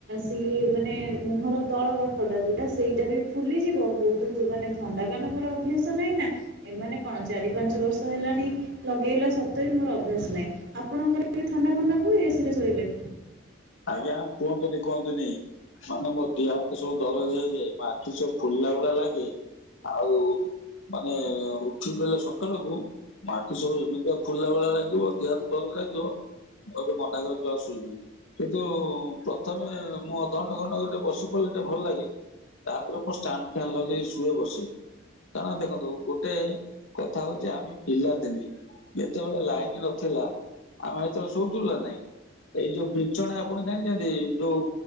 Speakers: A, on the right (about 60°); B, on the left (about 75°).
A: ସିଏ ମାନେ ମୁହଁର ତଳ ପାଖଟା ଯୋଉଟା ସେଇଟା ବି ଫୁଲିଯିବ ବହୁତ ମାନେ ଥଣ୍ଡା କାନ ମୋର ଅଭ୍ୟାସ ନାହିଁ ଏମାନେ କଣ ଚାରି ପାଞ୍ଚ ବର୍ଷ ହେଲାଣି ଲଗେଇଲା ସତ୍ୱେ ବି ମୋର ଅଭ୍ୟାସ ନାହିଁ ଆପଣଙ୍କ ଥଣ୍ଡା ଫଣ୍ଡା ହୁଏ ଏସିରେ ଶୋଇଲେ।
B: ଆଜ୍ଞା କୁହନ୍ତୁନି କୁହନ୍ତୁନି ମାନେ ଦିହ ହାତ ସବୁ ଦରଜ ହେଇଯାଏ ଆଖି ସବୁ ଫୁଲିଲା ଭଳିଆ ଲାଗେ ଆଉ ମାନେ ଉଠି ପଲେ ସକାଳକୁ ଆଖି ସବୁ ଏମିତିଆ ଫୁଲିଲା ଭଳିଆ ଲାଗିବ ଦେହହାତ ଦରଜ ଲାଗିବ ଆଉ ତେ ମନା କର ତୁ ଆସୁବୁ କିନ୍ତୁ ପ୍ରଥମେ ମୁଁ ଅଧଘଣ୍ଟା ଘଣ୍ଟ ଗୋଟେ ବସିପଡ଼ିଲେ ଟିକେ ଭଲ ଲାଗେ ତାପରେ ମୁଁ ଷ୍ଟ। ଣ୍ ଫାନ୍ ଲଗେଇ ଶୁଏ ବସେ କାରଣ ଦେଖନ୍ତୁ ଗୋଟେ କଥା ହଉଛି ଆମେ ପିଲାଦିନେ ଯେତେବେଳେ ଲାଇନ ନଥିଲା ଆମେ ଏତେବେଳେ ଶୋଉଥିଲୁ ନା ନାଇଁ ଏଇ ଯୋଉ ବିଛଣା ଆପଣ ଜାଣିଛନ୍ତି ଯୋଉ